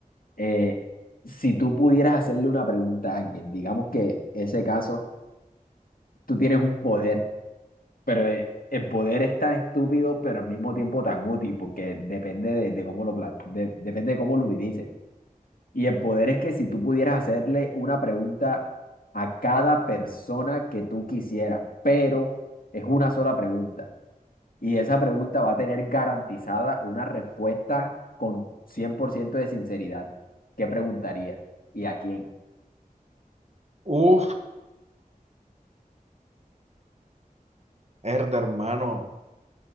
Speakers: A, on the left (about 75°); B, on the right (about 45°).
A: eh, si tú pudieras hacerle una pregunta a alguien, digamos que ese caso, tú tienes un poder, pero eh, el poder es tan estúpido, pero al mismo tiempo tan útil, porque depende de, de cómo lo plan- de- depende de cómo lo utilices. Y el poder es que si tú pudieras hacerle una pregunta a cada persona que tú quisieras, pero es una sola pregunta. Y esa pregunta va a tener garantizada una respuesta con 100% de sinceridad. ¿Qué preguntaría ¿Y a quién?
B: Uf, herda, hermano,